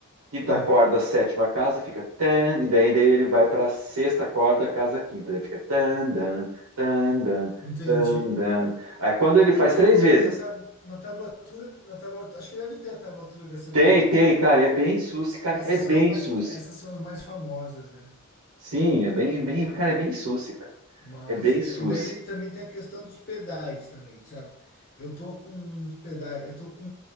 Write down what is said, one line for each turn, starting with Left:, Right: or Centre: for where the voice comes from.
Right: Quinta
Left: Ah,
Right: corda, sétima casa, fica tan, e daí, daí ele vai para sexta corda, casa quinta, daí fica tan, dan, tan, dan,
Left: entendi.
Right: tan, dan. Aí quando ele faz
Left: Eu,
Right: três
Left: dou-
Right: vezes
Left: na, ta- na tablatura, na tablatura, acho que deve ter a tablatura dessa
Right: Tem,
Left: daí também.
Right: tem, cara, é bem suci, cara,
Left: Essas
Right: é bem
Left: são as mais,
Right: suci.
Left: fa- essas são as mais famosas, né?
Right: Sim, é bem, bem, cara, é bem suci, cara.
Left: Massa,
Right: É bem suci.
Left: cara. E daí também tem a questão dos pedais também, sabe? Eu tô com uns pedais, eu tô com